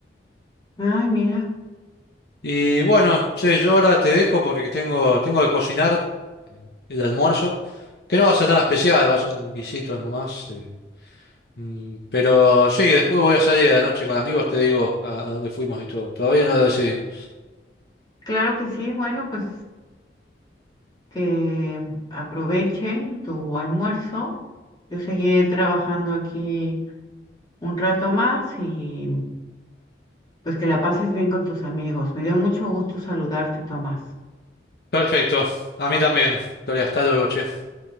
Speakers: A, on the left; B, on the left.
A: Ay, mira.
B: Y bueno, che, yo ahora te dejo porque tengo, tengo que cocinar el almuerzo. Que no va a ser nada especial, va a ser un guisito nomás. eh. Mm, pero sí, después voy a salir a la noche con amigos, te digo a, a dónde fuimos y todo. Todavía no lo decidimos.
A: Claro que sí, bueno, pues que aproveche tu almuerzo. Yo seguiré trabajando aquí un rato más y pues que la pases bien con tus amigos. Me dio mucho gusto saludarte, Tomás.
B: Perfecto, a mí también. Victoria, hasta luego, che.